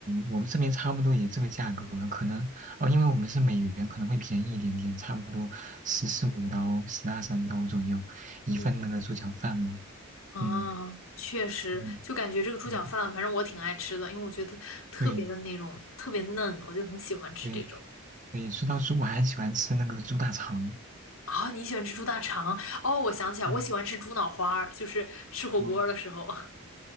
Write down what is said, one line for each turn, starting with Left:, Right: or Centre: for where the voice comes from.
Right: 我们这边差不多也这个价格，可能哦，因为我们是美元，可能会便宜一点点，差不多十四五刀、十二三刀左右一份那个猪脚饭嘛。
Left: 嗯，啊，
Right: 嗯
Left: 确实，
Right: 嗯，
Left: 就感觉这个猪脚饭，
Right: 对
Left: 反正我挺爱吃的，因为我觉得特别的那种特别嫩，
Right: 对
Left: 我就很喜欢吃这种。
Right: 对对，说到猪，我还喜欢吃那个猪大肠。
Left: 啊、你喜欢吃猪大肠？哦，我想起来，
Right: 嗯
Left: 我喜欢吃猪脑花儿，就是吃火锅儿的时候。
Right: 哦
Left: <laughs>